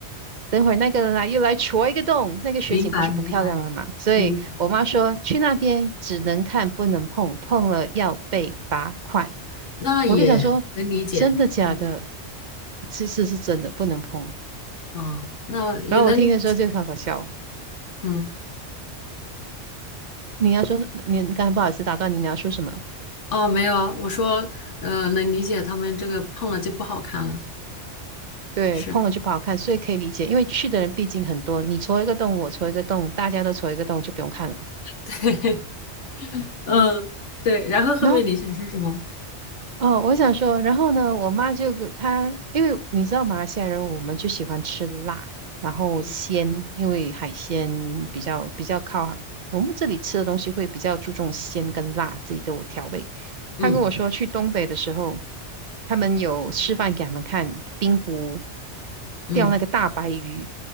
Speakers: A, on the right; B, on the left.
A: 等会儿那个人来又来戳一个洞，那个雪景不是不漂亮了吗？
B: 明白明白
A: 所以我妈说去那边只能看不能碰，
B: 明白，
A: 碰了要被罚款。
B: 那也能理解。
A: 我就想说，真的假的？
B: 能理
A: 其实是真的，不能碰。
B: 啊，那也能理解，
A: 然后我听的时候就好搞笑哦。
B: 嗯，
A: 你要说，你刚才不好意思打断你，你要说什么？
B: 哦，没有啊，我说，呃，能理解他们这个胖了就不好看了，
A: 对，
B: 是，
A: 碰了就不好看，所以可以理解，因为去的人毕竟很多，你戳一个洞，我戳一个洞，大家都戳一个洞，就不用看了。
B: <laughs> 对，嗯，对，然后后面你想说什么？
A: 然后哦，我想说，然后呢，我妈就给她，因为你知道马来西亚人，我们就喜欢吃辣，然后鲜，
B: 嗯
A: 因为海鲜比较比较靠，我们这里吃的东西会比较注重鲜跟辣这一个调味。
B: 嗯
A: 她跟我说，去东北的时候，他们有示范给他们看冰湖
B: 嗯
A: 钓那个大白鱼，